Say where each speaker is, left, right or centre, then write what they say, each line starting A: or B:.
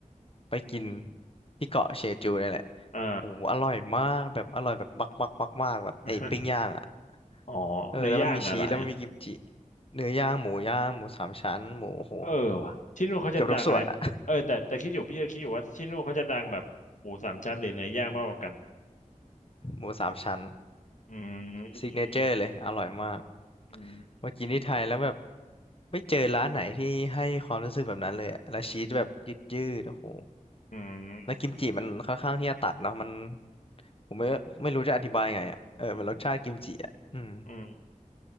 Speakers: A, on the left; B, on the left.
A: ไปกินที่เกาะเชจูเนี่ยแหละ
B: อ่า
A: โอ้โหอร่อยมากแบบอร่อยแบบบักบักบักมากแบบไอ้ปิ้งย่างอ่ะ
B: <laughs> อ๋อเนื้อย่างอะเหรอ
A: เออแล้วมันมีชีสแล้วมันมีกิมจิเนื้อย่างหมูย่างหมูสามชั้นหมูโอ้โห
B: เออว่ะที่นู่นเขาจะดังอะไรเออแต่แต่คิดอยู่พี่ก็คิดอยู่ว่าที่นู่นเขาจะดังแบบหมูสามชั้นหรือเนื้อย่างมากกว่ากัน
A: เกือบทุกส่วนอ่ะ <laughs> หมูสามชั้น
B: อืมอืม
A: ซิกเนเจอร์เลยอร่อยมาก
B: อืม
A: มากินที่ไทยแล้วแบบไม่เจอร้านไหนที่ให้ความรู้สึกแบบนั้นเลยอะแล้วชีสแบบยืดๆโอ้โห
B: อืม
A: แล้วกิมจิมันค่อนข้างที่จะตัดเนาะมันผมไม่ไม่รู้จะอธิบายไงอ่ะเออมันรสชาติกิมจิอ่ะอืม
B: <laughs>